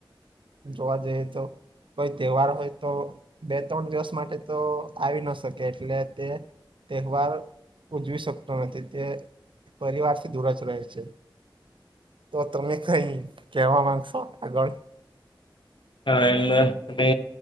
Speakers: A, on the right; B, on the left.
A: જોવા જઈએ તો કોઈ તહેવાર હોય તો બે ત્રણ દિવસ માટે તો આવી ન શકે એટલે તે તેહેવાર ઉજવી શકતો નથી તે પરિવારથી દૂર જ રહે છે. તો તમે કઈ કેવા માંગશો આગળ
B: હા એમમાં તમે